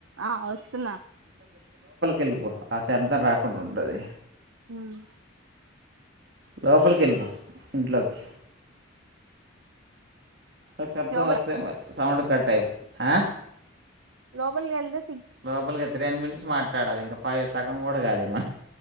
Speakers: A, on the right (about 80°); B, on the right (about 55°).
A: ఆ వస్తున్నా.
B: ఎల్లిపో ఆ శబ్దం రాకుండా ఉంటది.
A: మ్మ్
B: లోపలికి ఎల్లిపో ఇంట్లోకి. ఒక శబ్దం
A: లోపల
B: వస్తే, మరి సౌండ్ కట్ అయిపోద్ది. ఆ
A: లోపలికి ఎళితే
B: లోపలికి వెళితే టెన్ మినిట్స్ మాట్లాడాలి. ఇంకా ఫైవ్ సగం కూడా కాలే